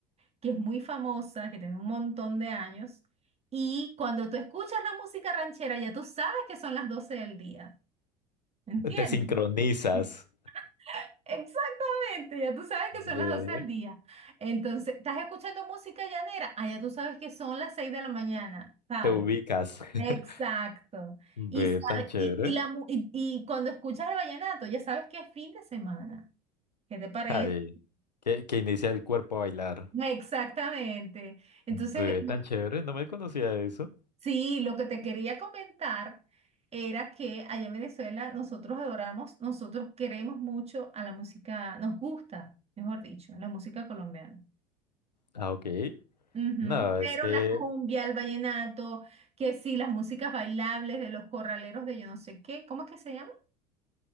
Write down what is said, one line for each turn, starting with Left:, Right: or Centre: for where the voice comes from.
Right: que es muy famosa, que tiene un montón de años, y cuando tú escuchas la música ranchera, ya tú sabes que son las 12 del día, ¿entiendes?
Left: Te sincronizas,
Right: <laughs> Exactamente, ya tú sabes que son
Left: ve,
Right: las 12 del día. Entonces, ¿estás escuchando música llanera? Ah, ya tú sabes que son las 6 de la mañana, ¿sabes?
Left: te ubicas. <laughs>
Right: Exacto.
Left: ve
Right: Y, sa-
Left: tan chévere.
Right: y, y la, mu- y, y cuando escuchas el vallenato, ya sabes que es fin de semana. ¿Qué te parece?
Left: Ay, que, que inicia el cuerpo a bailar.
Right: Exactamente. Entonces,
Left: Ve tan chévere, no me conocía eso.
Right: Sí, lo que te quería comentar era que allá en Venezuela nosotros adoramos, nosotros queremos mucho a la música, nos gusta, mejor dicho, la música colombiana.
Left: Ah, ok.
Right: Ujú,
Left: No,
Right: Pero
Left: es que.
Right: la cumbia, el vallenato, que sí, las músicas bailables de los corraleros de yo no sé qué, ¿cómo es que se llama?